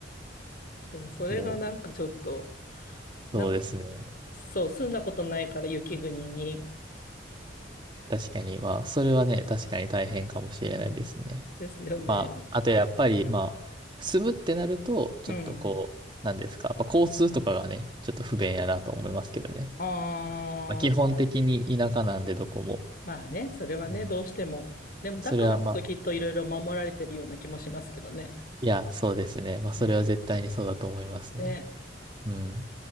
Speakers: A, on the left; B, on the right.
A: そうそれがなんかちょっと、
B: う。もう、そうですね。
A: なんか、そう、住んだことないから雪国に。
B: 確かに、まあ、それはね、確かに大変かもしれないですね。
A: ですよね。
B: まあ、あとやっぱり、まあ、住むってなると、ちょっとこう、
A: うん。
B: なんですか。やっぱ交通とかがね、ちょっと不便やなと思いますけどね。
A: ああ、
B: まあ、基本的に田舎なんで、どこも。
A: まあね、それはね、
B: うん
A: どうしても。でも、だからこそきっといろいろ守られてるような気もしますけどね。
B: それはまあ、いや、そうですね。まあ、それは絶対にそうだと思いますね。
A: ね。ね。
B: うん。